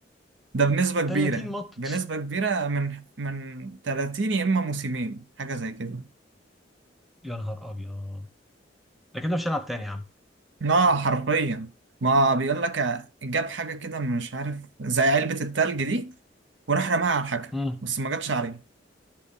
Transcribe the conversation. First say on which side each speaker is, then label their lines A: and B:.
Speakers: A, on the right; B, in the centre.
A: ده بنسبة كبيرة
B: 30 ماتش
A: بنسبة كبيرة من من 30 يا إما موسمين حاجة زي كده
B: يا نهار ابيض ده كده مش هلعب تاني يا عم
A: اه حرفيا ما بيقول لك آه، جاب حاجة كده مش عارف زي علبة التلج دي وراح رماها على الحكم
B: مم.
A: بس ما جاتش عليه